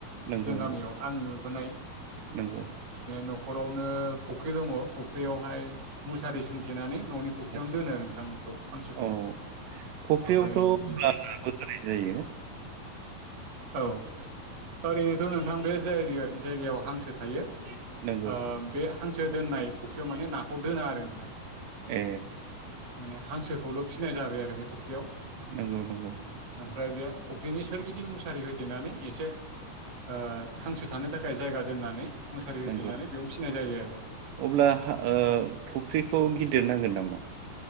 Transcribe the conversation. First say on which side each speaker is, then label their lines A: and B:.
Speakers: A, on the right; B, on the right.
A: नंगौ
B: जों गामियाव
A: नंगौ
B: आं नुबोनाय
A: नंगौ
B: न'खरावनो फुख्रि दङ' फुख्रियावहाय मुसारि सोंथेनानै न'नि फुख्रियावनो
A: नंगौ
B: दोनो आरो नोंथां बेखौ हांसोखौ
A: औ फुख्रियावथ'
B: ओमफ्राय
A: नाबो
B: बिदि
A: होनाय जायो
B: औ ओरैनोथ' नोंथां बे जाय-जायगायाव हांसो थायो
A: नंगौ
B: ओ बे हांसो दोननाय फुख्रियाव माने नाखौ दोना आरो नोंथां
A: ए
B: माने हांसोखौल' फिसिनाय जाबाय आरो बे फुख्रियाव
A: नोंगौ नोंगौ
B: ओमफ्राय बे फुख्रिनि सोरगिद दिं मुसारि होथेनानै एसे आ हांसो थानो थाखाय जायगा दोननानै मुसारि होथेनानै
A: नोंगौ
B: बेयावनो फिसिनाय जायो आरो
A: अब्ला ओ फुख्रिखौ गिदिर नां गोन नामा?